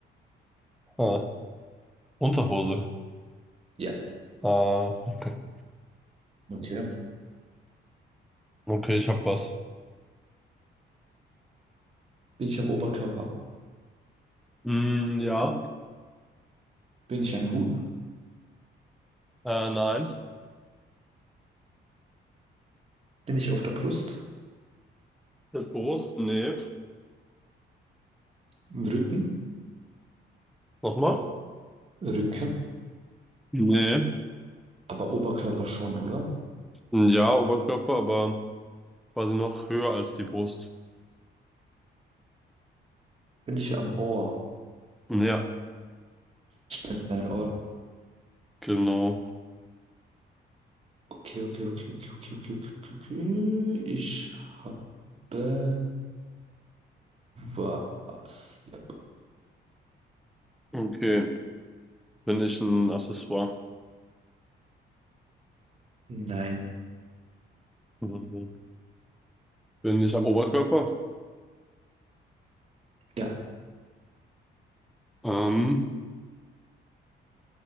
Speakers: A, in the centre; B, on the right.
A: Ah, Unterhose?
B: Ja.
A: Ah, okay.
B: Okay.
A: Okay, ich hab was.
B: Bin ich am Oberkörper?
A: Mm, ja.
B: Bin ich ein Hut?
A: Äh, nein.
B: Bin ich auf der Brust?
A: Mit Brust? Nee.
B: Im Rücken?
A: Nochmal?
B: Rücken?
A: Nee.
B: Aber Oberkörper schon, oder?
A: Ja, Oberkörper, aber quasi noch höher als die Brust.
B: Bin ich am Ohr?
A: Ja,
B: Ich bin ein Ohr.
A: genau.
B: Okay, okay, okay, okay, okay, okay, okay, okay. okay. Ich habe was. Ja.
A: Okay. Bin ich ein Accessoire?
B: Nein.
A: Mhm. Bin ich am Oberkörper?
B: Ja.
A: Ähm,